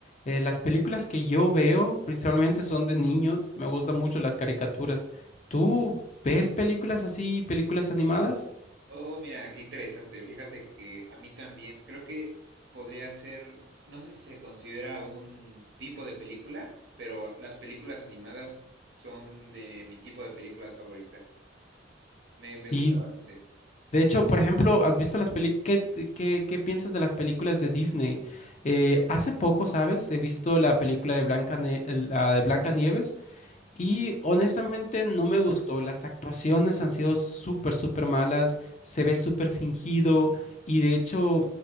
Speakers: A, on the left; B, on the right.
A: Eh, las películas que yo veo principalmente son de niños. Me gustan mucho las caricaturas. ¿Tú ves películas así, películas animadas?
B: Oh, mira, qué interesante. Fíjate que a mí también, creo que podría ser, no sé si se considera un tipo de película, pero las películas animadas son de mi tipo de películas favorita. Me, me
A: Y
B: gusta bastante.
A: de hecho, por ejemplo, ¿has visto las películas? ¿Qué, te- qué, qué piensas de las películas de Disney? Eh, hace poco, ¿sabes? He visto la película de Blanca, la de Blancanieves Y honestamente no me gustó. Las actuaciones han sido súper, súper malas. Se ve súper fingido. Y de hecho,